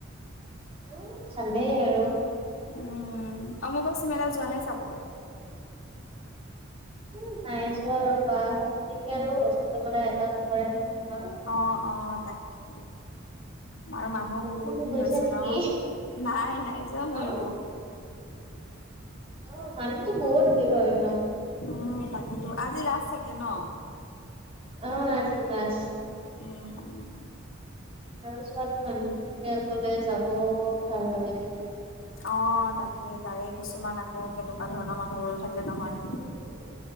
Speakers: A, on the right; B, on the left.
A: উ, ভালেই আৰু।
B: উম, অম্বুবাচী মেলা যোৱা নাই চাবলৈ?।
A: এ নাই যোৱা ৰবা, তেনেকে আৰু হোষ্টেলৰ পৰা এলাও নকৰে নহয়, আমাক।
B: অ', অ', তাকেই। আৰু মানুহ বহুত
A: তুমি
B: ভিৰ
A: গৈছা
B: হৈছে
A: নেকি
B: নহয়, নাই, নাই যোৱা মইও।
A: অ অ', মানুহটো বহুত ভিৰ হয় ন'।
B: উম, তাকেই তো, আজি লাষ্ট চাগে ন'?।
A: অ', আজি লাছ।
B: উম, উম।
A: আৰু ছোৱালী মানুহ, তেনেকে অকলে যাব, ভাল নালাগে ন'।
B: অ তাকে তাৰে কিছুমান, আকৌ কেনেকুৱা ধৰণৰ মানুহবোৰো থাকে। নহয়।
A: উম,